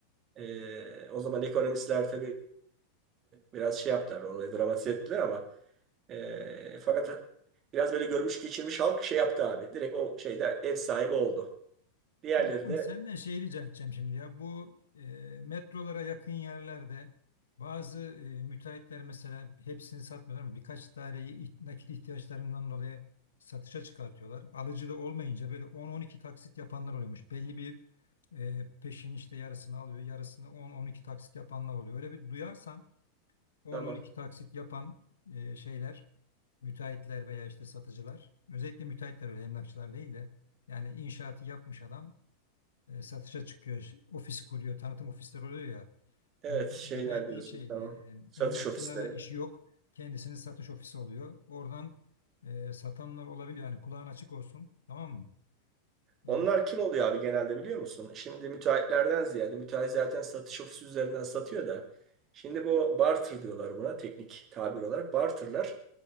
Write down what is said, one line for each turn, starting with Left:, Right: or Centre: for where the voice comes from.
Right: E, o zaman ekonomistler tabii biraz şey yaptılar olayı dramatize ettiler ama e, fakat biraz böyle görmüş geçirmiş halk şey yaptı abi. Direkt o şeyde ev sahibi oldu. Diğerleri
Left: Dostum
Right: de
Left: senden şey rica edeceğim şimdi ya. Bu e, metrolara yakın yerlerde bazı e, müteahhitler mesela hepsini satmıyorlar ama birkaç taneyi iht- nakit ihtiyaçlarından dolayı satışa çıkartıyorlar. Alıcı da olmayınca böyle 10-12 taksit yapanlar oluyormuş. Belli bir e, peşin işte yarısını alıyor, yarısını 10-12 taksit yapanlar oluyor. Öyle bir duyarsan 10-12
Right: tamam.
Left: taksit yapan e, şeyler, müteahhitler veya işte satıcılar. Özellikle müteahhitler öyle emlakçılar değil de yani inşaatı yapmış adam e, satışa çıkıyor. Ofis kuruyor, tanıtım ofisleri oluyor ya.
Right: Evet
Left: Müte,
Right: şeyler
Left: müteahhitliği
Right: diyorsun
Left: şey
Right: tamam.
Left: e,
Right: Satış
Left: emlakçılarla
Right: ofisleri.
Left: işi yok. Kendisinin satış ofisi oluyor. Oradan e, satanlar olabiliyor. Yani kulağın açık olsun. Tamam mı? E,
Right: Onlar kim oluyor abi genelde biliyor musun? Şimdi müteahhitlerden ziyade müteahhit zaten satış ofisi üzerinden satıyor da. Şimdi bu barter diyorlar buna teknik tabir olarak. Barterlar